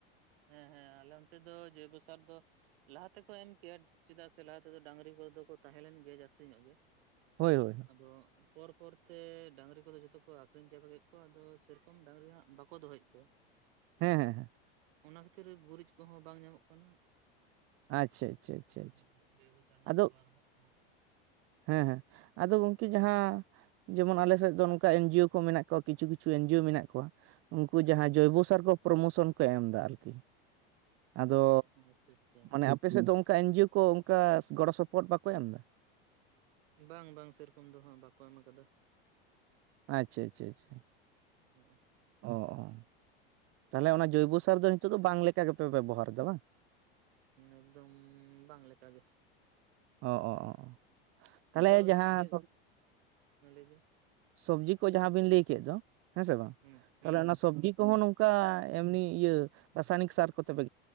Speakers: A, on the right; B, on the right.
A: ᱦᱮᱸ ᱦᱮᱸ ᱟᱞᱮ ᱚᱱᱛᱮ ᱫᱚ ᱡᱚᱭᱵᱚᱥᱟᱨ ᱫᱚ᱾ ᱞᱟᱦᱟ ᱛᱮᱠᱚ ᱮᱢ ᱠᱮᱭᱟ ᱪᱮᱫᱟᱜ ᱥᱮ ᱞᱟᱦᱟ ᱛᱮᱫᱚ ᱰᱟᱝᱨᱤ ᱠᱚᱫᱚ ᱠᱚ ᱛᱟᱦᱮᱸ ᱞᱮᱱ ᱜᱮᱭᱟ ᱡᱟᱹᱥᱛᱤ ᱧᱚᱜ ᱜᱮ᱾
B: ᱦᱳᱭ ᱦᱳᱭ
A: ᱟᱫᱚ ᱯᱚᱨ ᱯᱚᱨᱛᱮ ᱰᱟᱝᱨᱤ ᱠᱚᱫᱚ ᱡᱷᱚᱛᱚ ᱠᱚ ᱟᱠᱷᱨᱤᱧ ᱪᱟᱵᱟ ᱠᱮᱫ ᱠᱚᱣᱟ, ᱟᱫᱚ ᱥᱮᱨᱚᱠᱚᱢ ᱰᱟᱹᱝᱨᱤ ᱦᱟᱸᱜ ᱵᱟᱠᱚ ᱫᱚᱦᱚᱭᱮᱫ ᱠᱚᱣᱟ᱾
B: ᱦᱮᱸ ᱦᱮᱸ ᱦᱮᱸ᱾
A: ᱚᱱᱟ ᱠᱷᱟᱹᱛᱤᱨ ᱜᱩᱨᱤᱪ ᱠᱚᱦᱚᱸ ᱵᱟᱝ ᱧᱟᱢᱚᱜ ᱠᱟᱱᱟ᱾
B: ᱟᱪᱪᱷᱟ ᱟᱪᱪᱷᱟ ᱟᱪᱷᱟ ᱟᱪᱪᱷᱟ
A: ᱟᱨ ᱵᱮᱵᱚᱥᱟ ᱨᱮᱱᱟᱜ
B: ᱟᱫᱚ
A: <unintelligible>
B: ᱦᱮᱸ ᱦᱮᱸ, ᱟᱫᱚ ᱜᱚᱝᱠᱮ ᱡᱟᱸᱦᱟ ᱡᱮᱢᱚᱱ ᱟᱞᱮ ᱥᱮᱫ ᱫᱚ ᱚᱱᱠᱟ ᱮᱱᱡᱤᱭᱳ ᱠᱚ ᱢᱮᱱᱟᱜ ᱠᱚᱣᱟ ᱠᱤᱪᱷᱩ ᱠᱤᱪᱷᱩ ᱮᱱᱡᱤᱭᱳ ᱢᱮᱱᱟᱜ ᱠᱚᱣᱟ᱾ ᱩᱱᱠᱩ ᱡᱟᱦᱟᱸ ᱡᱳᱭᱵᱚ ᱥᱟᱨ ᱠᱚ ᱯᱨᱳᱢᱳᱥᱚᱱ ᱠᱚ ᱮᱢᱫᱟ ᱟᱨᱠᱤ᱾ ᱟᱫᱚ
A: ᱚ ᱟᱪᱪᱷᱟ ᱟᱪᱪᱷᱟ
B: ᱢᱟᱱᱮ ᱟᱯᱮ ᱥᱮᱫ ᱫᱚ ᱚᱱᱠᱟ ᱮᱱᱡᱤᱭᱳ ᱠᱚ ᱚᱱᱠᱟ ᱜᱚᱲᱚ ᱥᱚᱯᱚᱦᱚᱫ ᱵᱟᱠᱚ ᱮᱢ ᱮᱫᱟ?
A: ᱵᱟᱝ ᱵᱟᱝ ᱥᱮᱨᱚᱠᱚᱢ ᱫᱚ ᱦᱟᱸᱜ ᱵᱟᱠᱚ ᱮᱢ ᱠᱟᱫᱟ᱾
B: ᱟᱪᱪᱷᱟ ᱟᱪᱪᱷᱟ ᱟᱪᱪᱷᱟ᱾
A: <unintelligible>
B: ᱚ ᱚ᱾ ᱛᱟᱦᱚᱞᱮ ᱚᱱᱟ ᱡᱚᱭᱵᱚ ᱥᱟᱨ ᱫᱚ ᱱᱤᱛᱚᱜ ᱫᱚ ᱵᱟᱝ ᱞᱮᱠᱟ ᱜᱮᱯᱮ ᱵᱮᱵᱚᱦᱟᱨᱮᱫᱟ ᱵᱟᱝ᱾
A: ᱮᱠᱫᱚᱢ ᱵᱟᱝ ᱞᱮᱠᱟ ᱜᱮ᱾
B: ᱚ ᱚ ᱚ ᱚ ᱛᱟᱦᱚᱞᱮ
A: ᱟᱫᱚ
B: ᱡᱟᱦᱟᱸ
A: ᱪᱮᱫ
B: ᱥᱚᱨ
A: ᱞᱟᱹᱭ ᱵᱤᱱ
B: ᱥᱚᱵᱽᱡᱤ ᱠᱚ ᱡᱟᱦᱟᱸ ᱵᱤᱱ ᱞᱟᱹᱭ ᱠᱮᱫ ᱫᱚ ᱦᱮᱸ ᱥᱮ ᱵᱟᱝ
A: ᱦᱩᱸ ᱦᱩᱸ
B: ᱛᱟᱦᱞᱮ ᱚᱱᱟ ᱥᱚᱵᱽᱡᱤ ᱠᱚᱦᱚᱸ ᱱᱚᱜ ᱚᱱᱠᱟ ᱮᱢᱱᱤ ᱤᱭᱟᱹ ᱨᱟᱥᱟᱭᱱᱤᱠ ᱥᱟᱨ ᱠᱚᱛᱮ ᱯᱮ